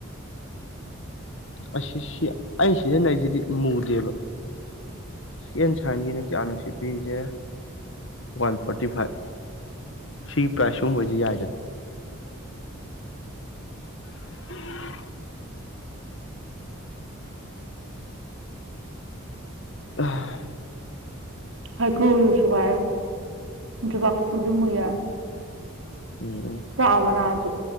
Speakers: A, on the left (about 60°); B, on the right (about 65°).
A: ꯑꯁꯤ ꯁꯤ ꯑꯩ ꯁꯤꯖꯤꯟꯅꯩꯁꯤꯗꯤ ꯃꯨꯗꯦꯕ ꯁꯤꯛ ꯑꯦꯟ ꯁꯥꯏꯟꯒꯤꯅ ꯀꯌꯥꯅꯣ ꯁꯤ ꯄꯤꯔꯤꯁꯦ ꯋꯥꯟ ꯐꯣꯔꯇꯤꯐꯥꯏꯚ ꯁꯤ ꯄ꯭ꯔꯥꯏꯁ ꯁꯒꯨꯝꯕꯁꯤ ꯌꯥꯏꯗꯅ ꯎ <unintelligible> ꯑꯥ <unintelligible>
B: ꯍꯩꯀꯨꯁꯨ ꯁꯨꯒꯥꯎꯔꯒ ꯖꯨꯕꯥꯀꯨꯁꯨꯝꯁꯨ ꯃꯨꯏꯍꯥꯥꯏ
A: ꯎꯝ
B: ꯆꯥꯃꯅꯥꯁꯨ